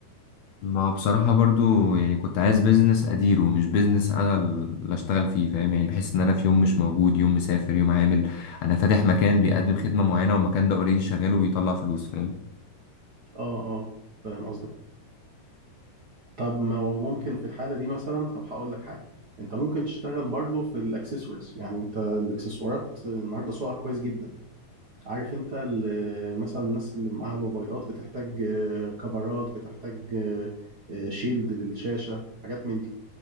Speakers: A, on the left; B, on the right.
A: ما بصراحة برضو يعني كنت عايز بيزنس أديره مش بيزنس أنا اللي أشتغل فيه فاهم يعني بحس إن أنا في يوم مش موجود يوم مسافر يوم عامل أنا فاتح مكان بيقدم خدمة معينة والمكان ده أوريدي شغال وبيطلع فلوس فاهم
B: اه اه فاهم قصدك طب ما هو ممكن في الحالة دي مثلا طب هقول لك حاجة انت ممكن تشتغل برضو في الاكسسوارز يعني انت الاكسسوارات النهارده سوقها كويس جدا عارف انت ال- مثلا الناس اللي معاها الموبايلات بتحتاج آه، كفرات بتحتاج آه، آه، شيلد للشاشة حاجات من دي